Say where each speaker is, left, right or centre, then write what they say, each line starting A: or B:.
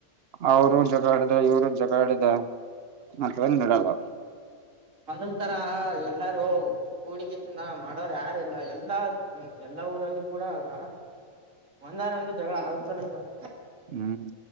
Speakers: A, on the right; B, on the right.
A: ಅವರು ಜಗಾಡದೆ ಇವರು ಜಗ ಆಡಿದೆ. ಮತ್ತೆ ಒಂದೆಡ್ ಅಲ್ಲ
B: ಮೊದಲ್ ತರ ಎಲ್ಲಾರೂ ಹೂಡಿಕಸಿಂದ ಮಾಡೋರು ಯಾರಿಲ್ಲ ಎಲ್ಲಾ ಮಾಡಿ ಎಲ್ಲಾ ಊರಲ್ಲಿ ಕೂಡ ಆಗ ಒಂದಾನ ಒಂದು ಜಗಳ ಆಗ್ತಾನೆ ಇದ <inaudible>
A: ಹ್ಮ್